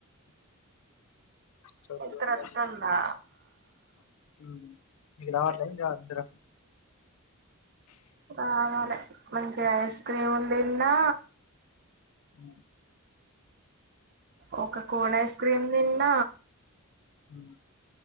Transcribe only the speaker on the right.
నిద్ర
అత్తందా
ఆమె మంచిగ ఐస్ క్రీమ్ందిన్నా
ఓకా కోన్ ఐస్ క్రీమ్ తిన్న